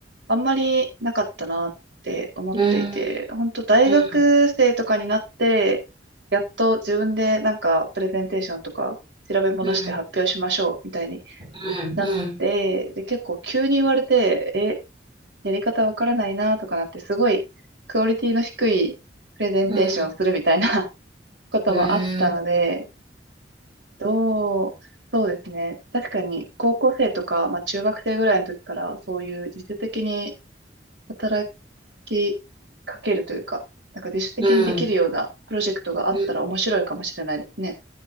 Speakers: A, on the right; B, on the right.
A: あんまりなかったなって思っていて、
B: うん、
A: 本当大学生とかになってやっと自分でなんかプレゼンテーションとか調べ物して発表しましょうみたいに
B: うん、うん、うん、うん。
A: なって、
B: うん
A: で、結構急に言われて、え、やり方わからないなとかなって、すごいクオリティの低いプレゼンテーションをするみたいな
B: うん、
A: <laughs> こともあったので、
B: うん、うん、
A: どう、そうですね。確かに高校生とか、まあ中学生ぐらいの時からそういう自主的に働きかけるというか、なんか自主的にできるようなプロジェクトがあったら面白いかもしれないですね。
B: うん、うん